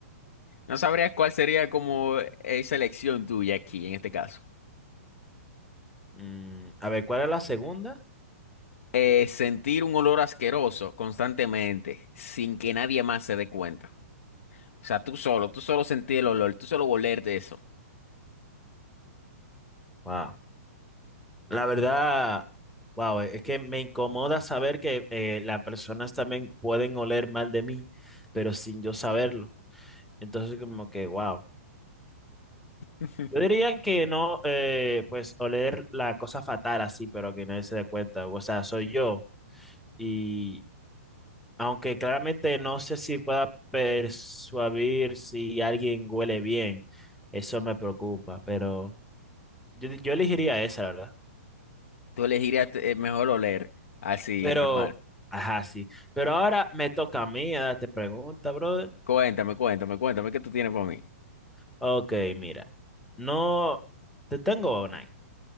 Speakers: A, on the left; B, in the centre.
A: No sabrías cuál sería como esa elección tuya aquí en este caso.
B: Mm, a ver, ¿cuál es la segunda?
A: Eh, sentir un olor asqueroso constantemente sin que nadie más se dé cuenta. O sea, tú solo, tú solo sentir el olor, tú solo olerte eso.
B: Wow. La verdad, wow, es que me incomoda saber que eh, las personas también pueden oler mal de mí, pero sin yo saberlo. Entonces, como que, wow.
A: <laughs>
B: Yo diría que no, eh, pues oler la cosa fatal así, pero que nadie se dé cuenta. O sea, soy yo. Y aunque claramente no sé si pueda persuadir si alguien huele bien, eso me preocupa, pero yo, yo elegiría esa, la verdad.
A: Tú elegirías eh, mejor oler así,
B: Pero,
A: normal.
B: ajá, sí. Pero ahora me toca a mí a darte pregunta, brother.
A: Cuéntame, cuéntame, cuéntame, ¿qué tú tienes para mí?
B: Ok, mira. No, te tengo una. ahí.